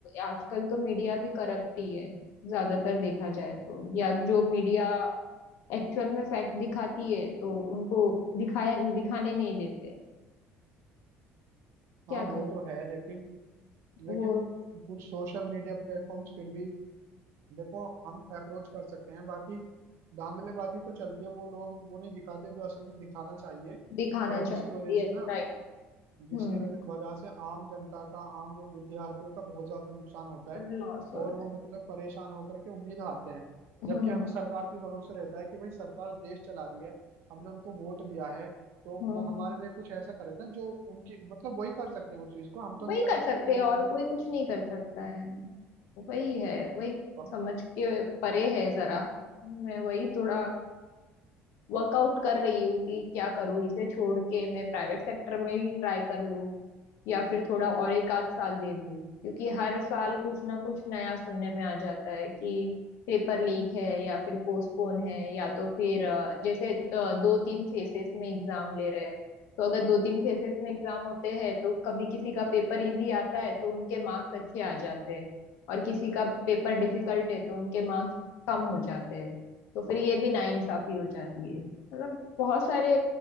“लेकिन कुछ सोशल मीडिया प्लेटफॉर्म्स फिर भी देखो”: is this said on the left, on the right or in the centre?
Right